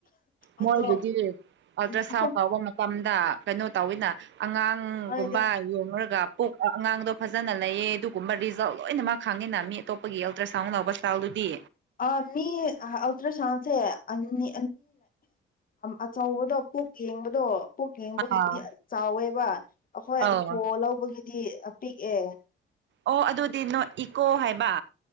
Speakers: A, on the left; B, on the right.
A: ꯑꯗꯣ
B: ꯃꯣꯏ ꯑꯗꯨꯗꯤ
A: ꯎꯝ
B: ꯑꯜꯇ꯭ꯔꯥꯁꯥꯎꯟ
A: ꯑꯩꯈꯣꯏ
B: ꯌꯥꯎꯕ ꯃꯇꯝ ꯀꯩꯅꯣ ꯇꯧꯋꯤꯅ ꯑꯉꯥꯡꯒꯨꯝꯕ
A: ꯍꯥꯏꯗꯤ
B: ꯌꯦꯡꯉꯨꯔꯒꯣꯛ ꯑꯉꯥꯡꯗꯣ ꯐꯖꯅ ꯂꯩꯌꯦ ꯑꯗꯨꯒꯨꯝꯕ ꯔꯤꯖꯜ ꯂꯣꯏꯅꯃꯛ ꯈꯪꯉꯤꯅ ꯃꯤ ꯑꯇꯣꯞꯄꯒꯤ ꯑꯜꯇ꯭ꯔ ꯁꯥꯎꯟ ꯂꯧꯕ ꯁ꯭ꯇꯥꯥꯏꯜꯗꯨꯗꯤ
A: ꯑ ꯃꯤ ꯑꯇ꯭ꯔ ꯁꯥꯎꯟꯁꯦ ꯑꯅꯤ ꯑꯆꯧꯕꯗꯣ ꯀꯛ ꯌꯦꯡꯕꯗꯣ ꯀꯛ ꯌꯦꯡꯕꯒꯤꯗꯤ
B: ꯑꯥ
A: ꯌꯥꯝ ꯆꯥꯎꯋꯦꯕ ꯑꯩꯈꯣꯏ
B: ꯑꯧ
A: ꯏꯀꯣ ꯂꯧꯕꯒꯤ ꯗꯤꯄꯤꯛ ꯑꯦ
B: ꯑꯣ ꯑꯗꯨꯗꯤ ꯅꯣ ꯏꯀꯣ ꯍꯥꯏꯕ